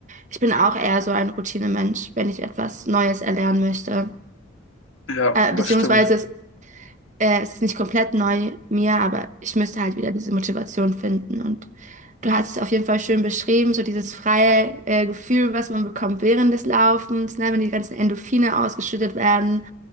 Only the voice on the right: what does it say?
Ich bin auch eher so ein Routinemensch, wenn ich etwas Neues erlernen möchte.
Äh,
beziehungsweise
es äh, es ist nicht komplett neu mir, aber ich müsste halt wieder diese Motivation finden. Und du hast es auf jeden Fall schön beschrieben, so dieses freie äh, Gefühl, was man bekommt während des Laufens, ne, wenn die ganzen Endorphine ausgeschüttet werden